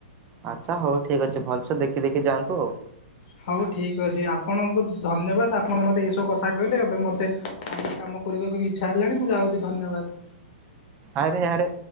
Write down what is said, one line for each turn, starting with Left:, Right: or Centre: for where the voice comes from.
Right: ଆଚ୍ଛା ହଉ ଠିକ୍ ଅଛି ଭଲସେ ଦେଖି ଦେଖି ଯାଆନ୍ତୁ ଆଉ।
Left: ହଉ ଠିକ୍ ଅଛି ଆପଣଙ୍କୁ ଧନ୍ୟବାଦ ଆପଣ ମତେ ଏଇସବୁ କଥା କହିଲେ ଏବେ ମତେ କାମ କରିବାକୁ ବି ଇଚ୍ଛା ହେଲାଣି ମୁଁ ଯାଉଛି ଧନ୍ୟବାଦ।
Right: ଆରେ ଆରେ